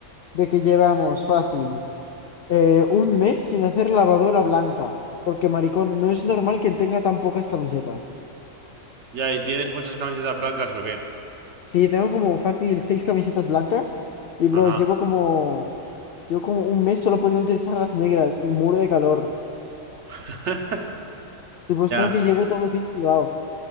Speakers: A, on the left (about 80°); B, on the right (about 55°).
A: de que llevamos fácil eh, un mes sin hacer lavadora blanca, porque maricón, no es normal que tenga tan pocas camisetas.
B: Ya, ¿y tienes muchas camisetas blancas o qué?
A: Sí, tengo como fácil seis camisetas blancas y bro,
B: Ajá.
A: llevo como, llevo como un mes solo pudiendo utilizar las negras y muro de calor.
B: <laughs>
A: Y pues como que
B: Ya.
A: llego todos los días sudado.